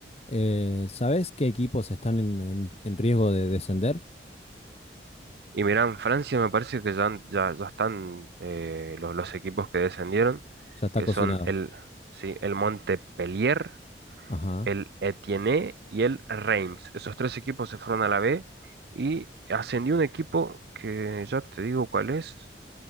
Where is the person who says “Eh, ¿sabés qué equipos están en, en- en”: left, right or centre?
Left